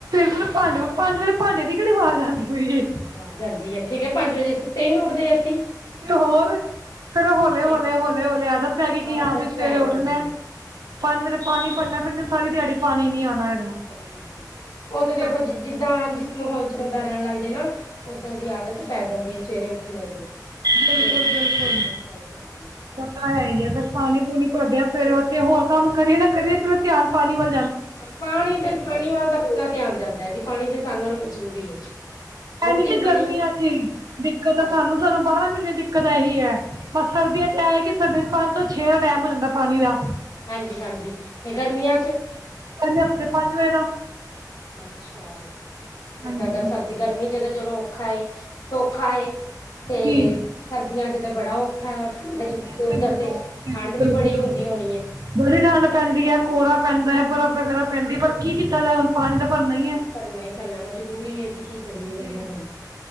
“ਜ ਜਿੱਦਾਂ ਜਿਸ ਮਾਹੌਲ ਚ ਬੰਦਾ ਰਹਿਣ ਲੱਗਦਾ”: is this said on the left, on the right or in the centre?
Left